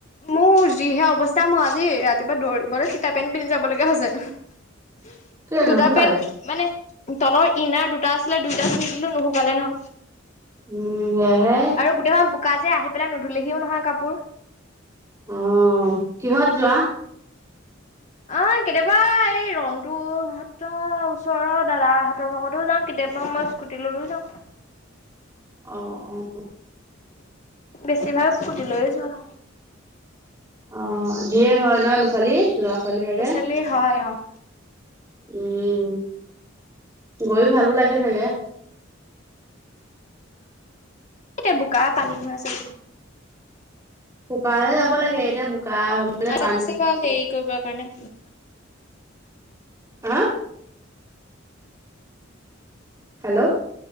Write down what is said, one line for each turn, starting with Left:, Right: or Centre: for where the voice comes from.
Left: মোৰ যিহে অৱস্থা মই আজি ৰাতিপুৱা দৌৰিবলৈ তিতাপ পেণ্ট পিন্ধি যাব লগগীয়া হৈছে।
Right: কেলে
Left: দুটা
Right: নুশুকালে
Left: পেন্ট মানে তলৰ ইনাৰ দুটা আছে। ছিলে দুইটা ধুৰিকিলো নুশুকালে ন।
Right: উম সেয়াহে
Left: আৰু গোটেইখন বোকা যে আহি পেলাই নুধুলেহিও নহয় কাপোৰ। কাপোবোৰ।
Right: অহ। কিহত যোৱা।
Left: আহ কেতিয়াবা এই ৰনটোুৰ হাতৰ ওচৰৰ দাদা হতৰ লগতো যাওঁ কেতিয়াবা মই স্কুটি লৈও যাওঁ।
Right: অ, অ।
Left: বেছি ভাগ। স্কুটি লৈয়ে যোৱা হয়।
Right: অ ধঢেৰ হয় নহ ল'ৰা ছোৱালী। ল'ৰা ছোৱালী চাগে
Left: ল'ৰা ছোৱালী হয় অ।
Right: উম গৈ ভালো লাগে চাগে।
Left: এয়া বোকা পানী ভৰাই চিলো।
Right: শুকে যাব লাগে এতিয়া। বোকা মানে
Left: হেৰি
Right: পানী
Left: কৰিব কাৰণে।
Right: হাঁ হেল্ল'।